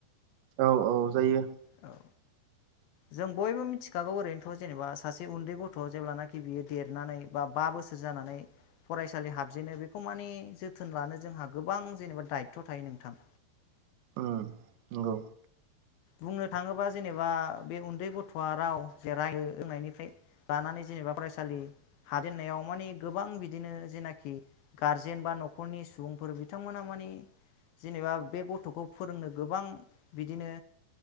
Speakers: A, on the right; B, on the left.
A: औ औ जायो।
B: औ
A: <inaudible>
B: जों बयबो मिथिखागौ ओरैनोथ' जेनेबा सासे उन्दै गथ' जेब्लानाखि बियो देरनानै बा बा बो बोसोर जानानै फरायसालि हाबजेनो बेखौ माने जोथोन लानो जोंहा गोबां जेनेबा दायथ' थायो। नोंथां।
A: उम नंगौ।
B: बुंनो थाङोबा जेनेबा बे उन्दै गथ'आ राव जे राय होनोंनायनिफ्राय लानानै जेनेबा फरायसालि हादेननायाव माने गोबां बिदिनो जेनाखि गारजेन बा न'खरनि सुबुंफोर बिथांमोना माने जेनेबा बे गथ'खौ फोरोंनो गोबां बिदिनो